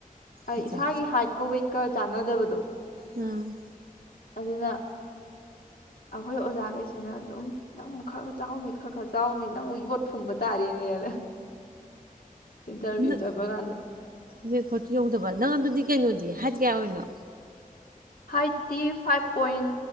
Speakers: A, on the left (about 80°); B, on the right (about 75°).
A: ꯑꯩ
B: ꯑꯠꯆꯥ
A: ꯏꯁꯥꯒꯤ ꯍꯥꯏꯠꯀ ꯋꯦꯠꯀ ꯆꯥꯟꯅꯗꯕꯗ <inaudible>
B: ꯎꯝ
A: ꯑꯗꯨꯅ ꯑꯩꯈꯣꯏ ꯑꯣꯖꯥꯈꯩꯁꯤꯅ ꯑꯗꯨꯝ ꯅꯪꯕꯨꯛ ꯈꯔ ꯈꯔ ꯆꯥꯎꯅꯤ ꯈꯔ ꯈꯔ ꯆꯥꯎꯅꯤ ꯅꯪꯕꯨ ꯌꯣꯠ ꯐꯨꯝꯕ ꯇꯥꯔꯦꯅꯦꯅ ꯏꯟꯇꯔꯚꯤꯌꯨ
B: ꯅ
A: ꯆꯠꯄ ꯀꯥꯟꯗ
B: ꯃꯈꯣ ꯆꯤ ꯌꯗꯕ ꯅꯪ ꯑꯗꯨꯗꯨꯗꯤ ꯀꯩꯅꯣꯗꯤ ꯍꯥꯠ ꯀꯌꯥ ꯑꯣꯏꯅꯣ
A: ꯍꯥꯏꯠꯇꯤ ꯐꯥꯏꯚ ꯄꯣꯏꯟ